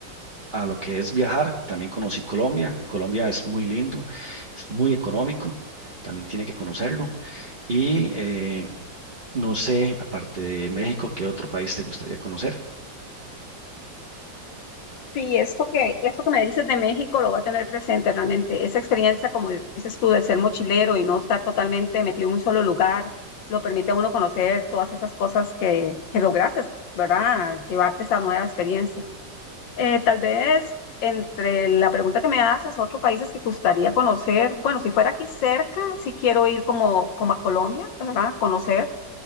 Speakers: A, on the right; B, on the left.
A: a lo que es viajar. También conocí Colombia. Colombia es muy lindo, es muy económico. También tiene que conocerlo. Y eh, no sé, aparte de México, ¿qué otro país te gustaría conocer?
B: Sí, esto que, esto que me dices de México lo voy a tener presente realmente. Esa experiencia, como dices tú, de ser mochilero y no estar totalmente metido en un solo lugar, lo permite a uno conocer todas esas cosas que, que lograste, ¿verdad? Llevarte esa nueva experiencia. Eh, tal vez entre la pregunta que me haces, otros países que gustaría conocer, bueno, si fuera aquí cerca, sí quiero ir como, como a Colombia, ¿verdad? Conocer